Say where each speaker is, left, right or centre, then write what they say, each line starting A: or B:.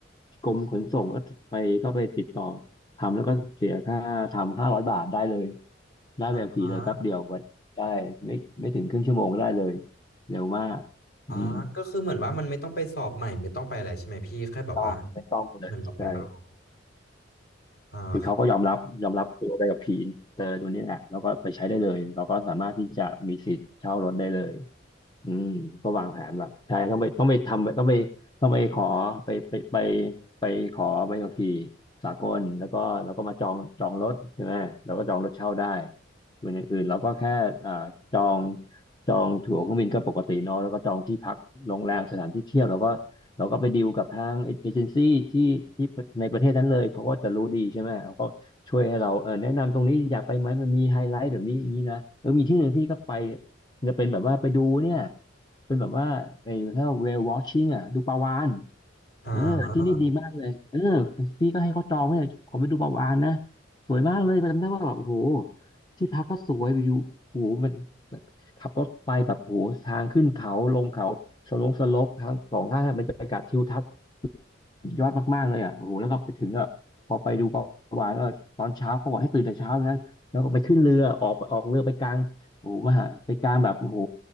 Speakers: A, on the left; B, on the left.
A: กรมขนส่งก็ไปก็ไปติดต่อทำแล้วก็เสียค่าทำห้าร้อยบาทได้เลย ได้แบบขี่เลยแป๊บเดียววันได้ไม่ไม่ถึงครึ่งชั่วโมงก็ได้เลย
B: อ่า
A: เร็วมาก
B: อ่าก็คือเหมือนว่ามันไม่ต้องไปสอบใหม่ไม่ต้องไปอะไรใช่ไหมพี่แค่แบบว่า
A: อืมไม่ต้องไม่ต้องเลยใช่
B: เหมือนเราไปเอาอ่าครับ
A: คือเขาก็ยอมรับยอมรับตัวได้กับผีอินเตอร์ตัวนี้แหละแล้วก็ไปใช้ได้เลยเราก็สามารถที่จะมีสิทธิ์เช่ารถได้เลยอืมก็วางแผนแบบใช่ต้องไปต้องไปทำต้องไปต้องไปขอไปไปไปไปขอใบขับขี่สากลแล้วก็แล้วก็มาจองจองรถใช่ไหมเราก็จองรถเช่าได้ส่วนอย่างอื่นเราก็แค่อ่าจองจองตั๋วเครื่องบินก็ปกติเนอะแล้วก็จองที่พักโรงแรมสถานที่เที่ยวเราก็ เราก็ไปดีลกับทางเอเจนซี่ที่ที่ในประเทศนั้นเลยเขาก็จะรู้ดีใช่ไหมเขาก็ช่วยให้เราเออแนะนำตรงนี้อยากไปไหมมันมีไฮไลท์แบบนี้อย่างนี้นะเออมีที่หนึ่งพี่ก็ไปจะเป็นแบบว่าไปดูเนี่ยเป็นแบบว่าไอ้ถ้า whale watching อ่ะดูปลาวาฬ
B: อ่า
A: เออที่นี่ดีมากเลยเออพี่ก็ให้เขาจองไว้เลยขอไปดูปลาวาฬนะสวยมากเลยจำได้ว่าแบบโอ้โหที่พักก็สวยอยู่โอ้โหมัน ขับรถไปแบบโหทางขึ้นเขาลงเขาสลงสลบทางสองข้างทางบรรยากาศทิวทัศน์สุดยอดมากๆเลยอ่ะโอ้โหแล้วก็ไปถึงอ่ะพอไปดูประวายก็ตอนเช้าเขาบอกให้ตื่นแต่เช้านะแล้วก็ไปขึ้นเรือออกออกเรือไปกลางโอ้โหมหาไปกลางแบบโอ้โห